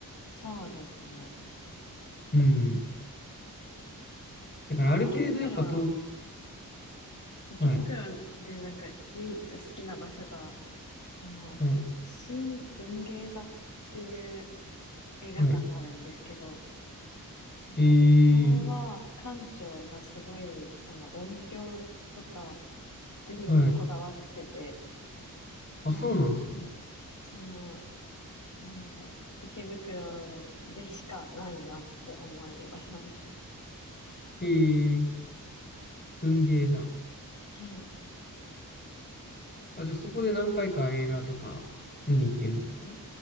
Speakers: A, on the left (about 55°); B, on the left (about 30°).
A: そうですね。
B: うん。だからある程度やっぱ東、
A: でも池袋、池袋でなんか唯一好きな場所が、
B: はい、
A: あの、
B: はい、
A: 新文芸座っていう映画館があるんですけど、
B: はい。
A: なんかそこは館長がすごい、
B: えー、
A: あの、音響とかスクリーンにこだわってて、
B: はい。あ、
A: なんで、
B: そうなんですね。
A: その、なんでしょう、池袋でしかないなって思える場所ですね。
B: えー、文芸座。
A: はい。こう、
B: あ、じゃあそこで何回か映画とか見に行ってるんですか
A: なん